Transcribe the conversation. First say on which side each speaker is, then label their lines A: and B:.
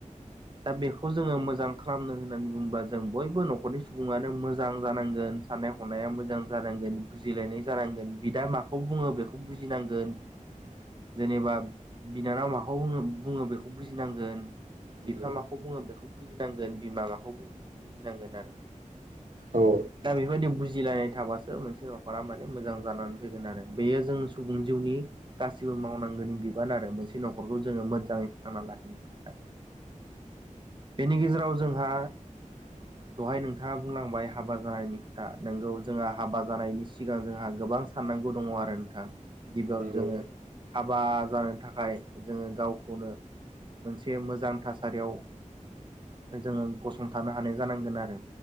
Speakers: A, on the right; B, on the right.
A: दा बेखौ जोङो मोजां खालामनो होननानै बुङोब्ला जों बयबो न'खरनि सुबुङानो मोजां जानांगोन साननाय हनाया मोजां जानांगोन बुजिलायनाय जानांगोन बिदा माखौ बुङो बेखौ बुजिनांगोन
B: <inaudible>
A: जेनेबा बिनानाव माखौ बुङो बेखौ बुजिनांगोन
B: नंगौ
A: बिफा माखौ बुङो बेखौ बुजिनांगोन बिमा माखौ बुङो बेखौ बुजिनांगोन आरो
B: औ
A: दा बेफोरबायदि बुजिलायनाय थाबासो मोनसे नङा माने मोजां जानानै फैगोन आरो बेयो जों सुबुं जिउनि गासिबो मावनांगौनि बि बिबान आरो मोनसे न'खरखौ जोङो मोजाङै फोथांना लाखिनो थाखाय बेनि गेजेराव जोंहा
B: औ
A: दहाय नोंथाङा बुंलांबाय हाबा जानायनि खोथा नोंगौ जोंहा हाबा जानायनि सिगां जोंहा गोबां साननांगौ दङ आरो नोंथां गिबियावनो
B: नंगौ
A: जोङो हाबा जानो थाखाय जोङो गावखौनो मोनसे मोजां थासारियाव जोङो गसंथानो हानाय जानांगोन आरो